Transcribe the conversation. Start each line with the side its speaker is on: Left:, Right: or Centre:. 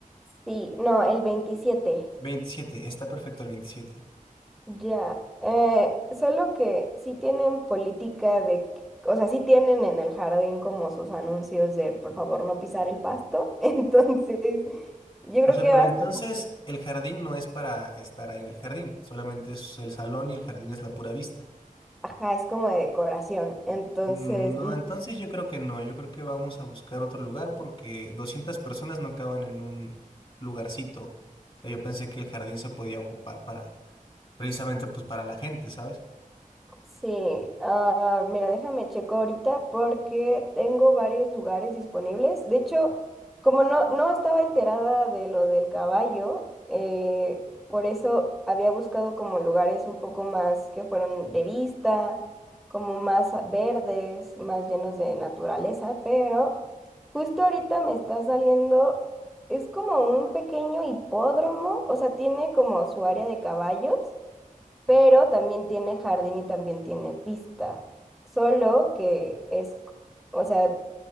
Centre: Sí, no, el 27.
Left: 27, está perfecto el 27.
Centre: Ya, eh, solo que sí tienen política de, que- o sea, sí tienen en el jardín como sus anuncios de por favor no pisar el pasto, <laughs> entonces yo
Left: O
Centre: creo
Left: sea,
Centre: que
Left: pero
Centre: bastante,
Left: entonces el jardín no es para estar ahí en el jardín, solamente es el salón y el jardín es la pura vista.
Centre: ajá, es como de decoración, entonces
Left: Mm, No, entonces yo creo que no, yo creo que vamos a buscar otro lugar porque 200 personas no caben en un lugarcito. O sea, yo pensé que el jardín se podía ocupar para, precisamente pues para la gente, ¿sabes?
Centre: Sí, ah, mira, déjame checo ahorita porque tengo varios lugares disponibles. De hecho, como no, no estaba enterada de lo del caballo, eh, por eso había buscado como lugares un poco más que fueran de vista, como más a- verdes, más llenos de naturaleza, pero justo ahorita me está saliendo, es como un pequeño hipódromo, o sea, tiene como su área de caballos pero también tiene jardín y también tiene pista. Solo que es, c- o sea,